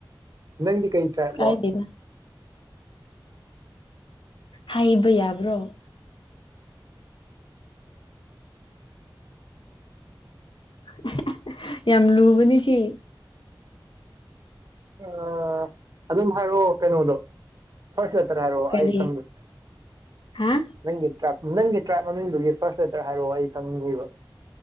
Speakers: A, on the right; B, on the left.
A: ꯅꯪꯗꯤ ꯀꯩ ꯇ꯭ꯔꯥꯞꯂꯣ
B: ꯀꯥꯏꯗꯦꯗ ꯍꯥꯏꯕ ꯌꯥꯕ꯭ꯔꯣ <unintelligible> ꯌꯥꯝ ꯂꯨꯕꯅꯤ ꯁꯤ
A: <unintelligible> ꯑꯗꯨꯝ ꯍꯥꯏꯔꯛꯑꯣ ꯀꯩꯅꯣꯗꯣ ꯐꯥꯔꯁꯇ <unintelligible> ꯍꯥꯏꯔꯣ
B: ꯀꯔꯤ
A: ꯑꯩ ꯈꯪꯗꯦ
B: ꯍꯥ
A: ꯅꯪꯒꯤ ꯇ꯭ꯔꯥꯏꯞ ꯅꯪꯒꯤ ꯇ꯭ꯔꯥꯏꯞ ꯃꯃꯤꯡꯗꯨꯒꯤ ꯐꯥꯔꯁ ꯂꯦꯇꯔ ꯍꯥꯏꯔꯛꯑꯣ ꯑꯩ ꯈꯪꯅꯤꯡꯉꯤꯕ